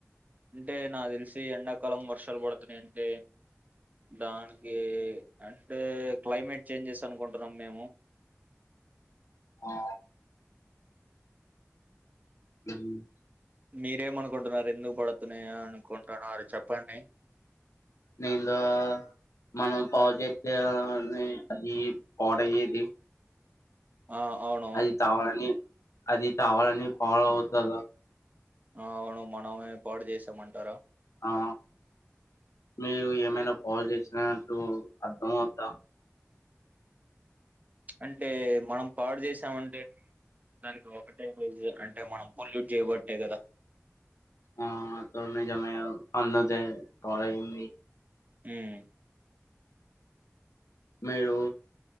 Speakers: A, on the right (about 30°); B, on the left (about 80°).
A: అంటే నాక్ తెల్సి ఎండాకాలం వర్షాలు పడుతున్నయంటే దానికి అంటే క్లైమేట్ చేంజెస్ అనుకుంటున్నాం మేము.
B: ఆ మ్
A: మీరేమనుకుంటున్నారు ఎందుకు పడుతున్నాయ అనుకుంటున్నారు చెప్పండి.
B: <unintelligible> మనం పావు చెప్తే అది పాడయ్యేది.
A: ఆ అవును
B: అది తవాలని అది తవాలని పావు అవుతాదా
A: ఆ అవును మనమే పాడు చేసామంటారా
B: ఆ మీరు ఏమైనా పాల్ చేసిన అంటూ అర్థమవ్వుద్దా
A: అంటే మనం పాడు చేసామంటే దానికి ఒకటే రీసన్ అంటే మనం పొల్యూట్ చేయబట్టే కదా
B: ఆ అంతా నిజమే గదా అన్నదే పాడైంది.
A: మ్
B: మీరు